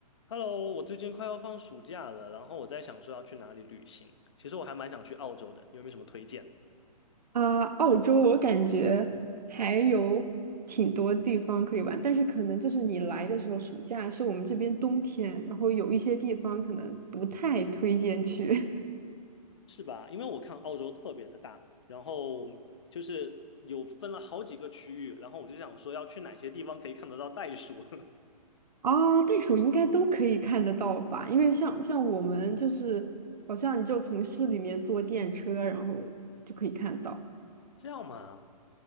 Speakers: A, on the left (about 45°); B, on the right (about 80°).
A: Hello，我最近快要放暑假了，然后我在想说要去哪里旅行。其实我还蛮想去澳洲的，你有没有什么推荐？
B: 啊，澳洲我感觉还有挺多地方可以玩，但是可能就是你来的时候，暑假是我们这边冬天，然后有一些地方可能不太推荐去。<laughs>
A: 是吧？因为我看澳洲特别的大，然后就是有分了好几个区域，然后我就想说要去哪些地方可以看得到袋鼠，
B: 啊，袋鼠应该都可以看得到吧？因为像像我们就是，好像你就从市里面坐电车，然后就可以看到。
A: <laughs> 这样嘛？